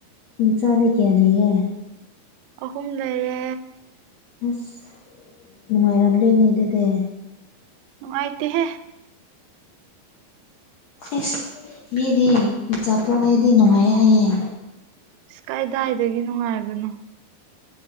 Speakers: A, on the left; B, on the right.
A: ꯏꯟꯁꯥꯅ ꯀꯌꯥꯅꯤꯔꯦ
B: ꯑꯍꯨꯝ ꯂꯩꯔ
A: ꯑꯁ ꯅꯨꯡꯉꯥꯏꯔꯝꯗꯣꯏꯅꯦ ꯑꯗꯨꯗꯤ
B: ꯅꯨꯡꯉꯥꯏꯇꯦꯍꯦ
A: ꯏꯁꯁ ꯃꯤꯗꯤꯆꯥꯥ ꯄꯣꯛꯑꯗꯤ ꯅꯨꯡꯉꯥꯏ ꯍꯥꯏꯌꯦ
B: ꯏꯁ ꯀꯥꯏꯗꯥꯏꯗꯒꯤ ꯅꯨꯡꯉꯥꯏꯕꯅꯣ